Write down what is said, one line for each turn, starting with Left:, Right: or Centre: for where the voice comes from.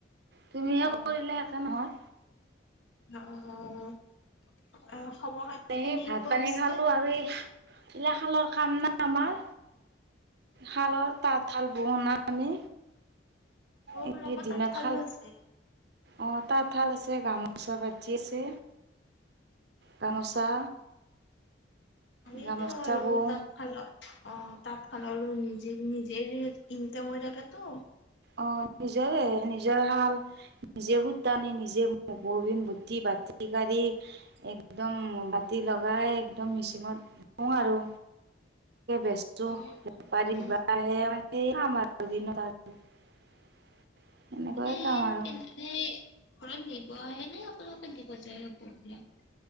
Right: তুমিয়ে
Left: অ
Right: কৰিলে একে নহয়।
Left: অ'। অ খবৰ খাতি
Right: এই
Left: কেনেকুৱা
Right: ভাত পানী
Left: পিছে?
Right: খালো আৰু এই তিলা খালো কাম নাই আমাৰ, শালৰ তাঁতশাল বহনা আমি।
Left: অঁ
Right: এই
Left: আপোনালোকৰ
Right: দিনত
Left: তাত শালো
Right: শাল
Left: আছে।
Right: অ' তাঁতশাল আছে, গামোচা বাতি আছে, গামোচা
Left: ভালেই
Right: গামোচা
Left: দিয়ক আৰু
Right: বওঁ
Left: তাঁতশালত, অ' তাঁতশালৰো নিজে নি যে ইনকাম হৈ থাকেটো।
Right: অ' নিজৰে, নিজৰ হাল নিজে সুতা নি নিজে ববিন বুতি-বাতি কাঢ়ি, একদম বাতি লগাই, একদম মিচিঙত <unintelligible> আৰু। বেচো
Left: অ
Right: বেপাৰী
Left: অ
Right: নিবা আহে <unintelligible> আমাৰ <unintelligible> <inaudible> এনেকুৱাই
Left: <unintelligible> ঘৰত
Right: কাম আৰু
Left: নিব আহে নে আপোনালোকে দিব যায় কাপোৰবিলাক।